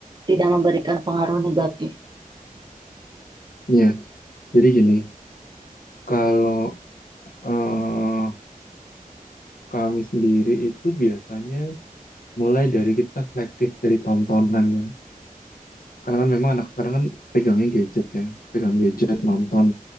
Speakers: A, on the right; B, on the left.
A: tidak memberikan pengaruh negatif.
B: Ya, jadi gini, kalau eh, kami sendiri itu biasanya mulai dari kita selektif dari tontonan ya. Karena kan memang anak sekarang kan pegangnya gadget ya, pegang gadget, nonton